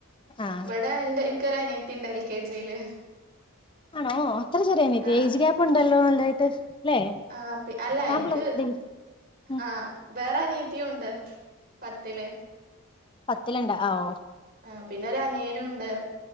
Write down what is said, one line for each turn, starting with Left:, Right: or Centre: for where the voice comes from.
Left: ആഹ്
Right: ഇവിടെ എൻ്റെ എനിക്കൊരു അനിയത്തിയുണ്ട് എൽ കെ ജില്.
Left: ആണോ അത്ര ചെറിയ അനിയത്തി
Right: ആഹ്
Left: ഏജ് ഗ്യാപ്പ് ഉണ്ടല്ലോ നല്ലതായിട്ട്. അല്ലെ
Right: ആഹ് പി അല്ല
Left: താൻ
Right: എൻക്ക്
Left: പ്ല ഡിഗ്രി ഉം
Right: ആഹ് വേറെ അനിയത്തിയും ഉണ്ട് പത്തില്.
Left: പത്തില്ണ്ട അ ഓഹ്
Right: ആഹ് പിന്നെ ഒരു അനിയനുണ്ട്